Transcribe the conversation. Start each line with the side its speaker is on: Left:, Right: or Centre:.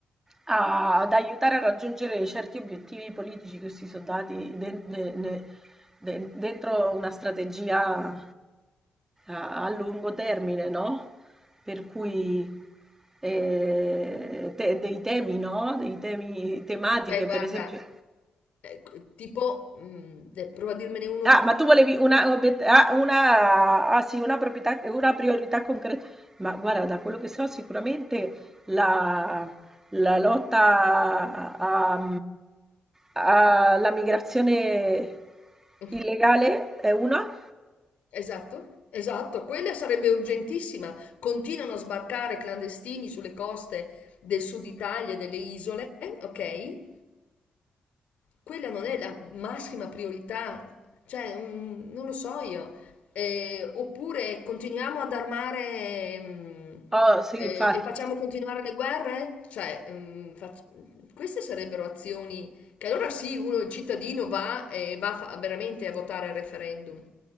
Right: a- ad aiutare a raggiungere certi obiettivi politici che si sono dati de- de- de- de- dentro una strategia a, a lungo termine, no? Per cui eh, te- dei temi, no? Dei temi tematiche,
Left: Beh, guarda,
Right: per esempio.
Left: ecco, tipo, mm, te- prova a dirmene uno
Right: Ah,
Left: tu.
Right: ma tu volevi una, obiet- ah, una- ah, sì, una proprietà- una priorità concreta. Ma guarda, da quello che so, sicuramente la, la lotta a- a- alla migrazione
Left: <laughs>
Right: illegale è una.
Left: Esatto, esatto, quella sarebbe urgentissima. Continuano a sbarcare clandestini sulle coste del sud Italia e delle isole, ok? quella non è la massima priorità, cioè mm, non lo so io. Eh, oppure continuiamo ad armare mm,
Right: Oh, sì,
Left: eh,
Right: infatti.
Left: e facciamo continuare le guerre? Cioè, mm, fac- queste sarebbero azioni che allora sì, uno, il cittadino va e va fa- veramente a votare il referendum